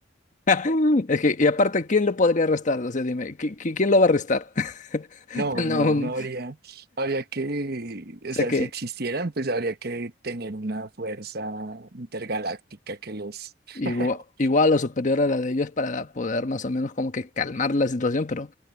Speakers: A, on the left; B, on the right.
A: Mm, Es que, y aparte, ¿quién lo podría arrestar? O sea, dime, ¿qui- qui- ¿quién lo va a arrestar? <laughs>
B: No,
A: No,
B: no, no habría, habría que,
A: sé
B: o sea,
A: que
B: si existieran, pues habría que tener una fuerza intergaláctica que los
A: igual,
B: <laughs>
A: igual o superior a la de ellos para poder más o menos como que calmar la situación, pero